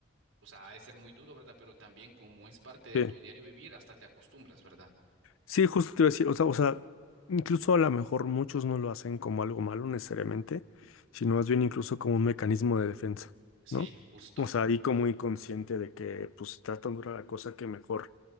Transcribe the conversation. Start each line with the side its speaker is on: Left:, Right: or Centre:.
Right: o sea, ha de ser muy duro, ¿verdad? Pero también como es parte de
Left: sí.
Right: tu diario vivir, hasta te acostumbras, ¿verdad?
Left: Sí, justo te iba a decir, o sea, o sea, incluso a lo mejor muchos no lo hacen como algo malo necesariamente, sino más bien incluso como un mecanismo de defensa,
Right: Sí,
Left: ¿no?
Right: justo.
Left: O sea, ahí como inconsciente de que pues está tan dura la cosa que mejor